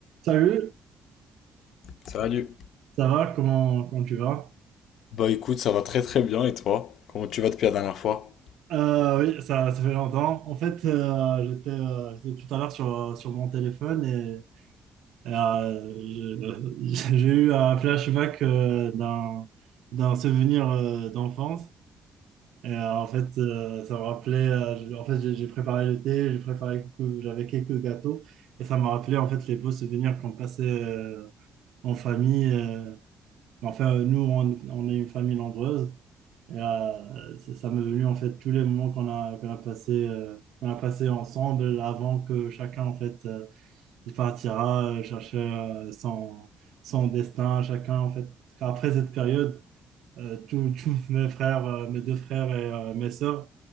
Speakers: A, on the right (about 80°); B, on the left (about 75°).
A: Salut,
B: Salut.
A: ça va? Comment, comment tu vas?
B: Bah écoute, ça va très très bien et toi? Comment tu vas depuis la dernière fois?
A: Euh, oui, ça, ça fait longtemps. En fait, euh, j'étais euh, j'étais tout à l'heure sur, euh, sur mon téléphone et et, euh, j'ai <laughs> j'ai eu un flashback euh, d'un d'un souvenir euh, d'enfance. Et euh, en fait, euh, ça me rappelait. euh, en fait, j'ai j'ai préparé le thé, j'ai préparé quelques- j'avais quelques gâteaux et ça me rappelait en fait les beaux souvenirs qu'on passait euh, en famille. euh. Enfin, nous, on, on est une famille nombreuse. Et, euh, ça ça m'est venu en fait tous les moments qu'on a, qu'on a passé, euh, qu'on a passé ensemble avant que chacun en fait euh, il partira euh, chercher euh, son, son destin. Chacun en fait, Enfin, après cette période, euh, tous <laughs> tous mes frères, euh, mes deux frères et euh, mes sœurs,